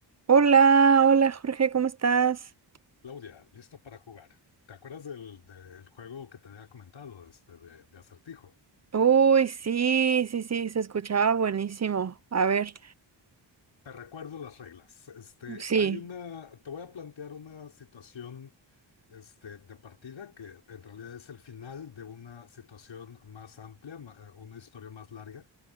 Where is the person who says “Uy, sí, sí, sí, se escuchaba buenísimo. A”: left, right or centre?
Right